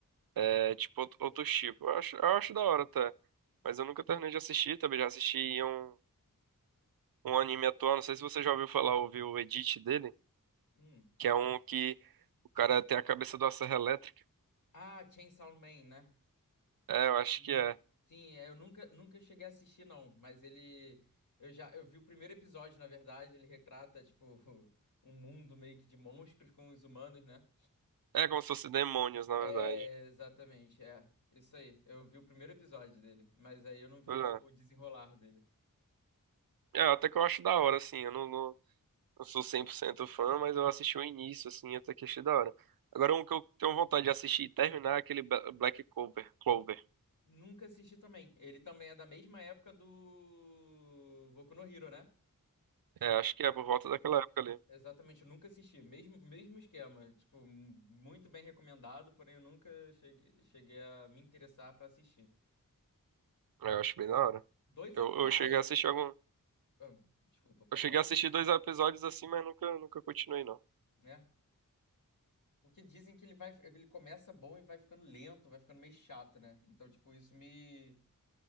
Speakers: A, on the right (about 85°); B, on the left (about 60°).
A: é, tipo, outro, outro tipo. Eu acho, eu acho da hora até. Mas eu nunca terminei de assistir, também já assisti um, um anime atual, não sei se você já ouviu falar, ouviu o edit dele,
B: Hum.
A: que é um que o cara tem a cabeça de uma serra elétrica.
B: Ah, Chainsaw Man, né?
A: É, eu acho
B: Hum.
A: que é.
B: Sim, é, eu nunca, nunca cheguei a assistir, não. Mas ele. Eu já eu vi o primeiro episódio, na verdade. Ele retrata, tipo, <laughs> um mundo meio que de monstros com os humanos, né?
A: É como se fosse demônios, na
B: É,
A: verdade.
B: exatamente, é. Isso aí. Eu vi o primeiro episódio dele. Mas aí eu não vi
A: Pois
B: co-
A: é.
B: o desenrolar dele.
A: É, até que eu acho da hora, assim, eu não, não- Não sou 100% fã, mas eu assisti o início, assim, até que achei da hora. Agora, um que eu tenho vontade de assistir e terminar é aquele Ba- Black Clover. Clover.
B: Nunca assisti também. Ele também é da mesma época do Boku no Hero, né?
A: É, acho que é por volta daquela época ali.
B: Exatamente, eu nunca assisti. Mesmo, mesmo esquema. Tipo, m- muito bem recomendado, porém eu nunca cheguei, cheguei a me interessar pra assistir.
A: É, Eu acho bem da hora.
B: Dois
A: Eu,
B: atuais.
A: eu cheguei a assistir algum...
B: Ah, desculpa, pode
A: Eu cheguei
B: falar.
A: a assistir dois episódios assim, mas nunca, nunca continuei, não.
B: Né? Porque dizem que ele vai, ele começa bom e vai ficando lento, vai ficando meio chato, né? Então, tipo, isso me,